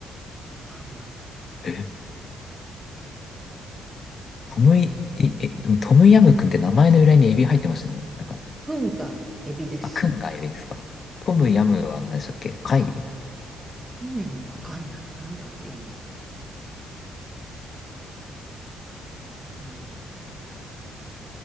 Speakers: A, on the right; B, on the left.
A: 多分。
B: え、トムイ、
A: うん。
B: いえ、でもトムヤムくんって名前の由来にエビ入ってましたよね。なんか、
A: くんがエビです。
B: あ、くんがエビですかトムヤムは何でしたっけ貝
A: うん。トムヤムわかんない。なんだろう、意味。うん。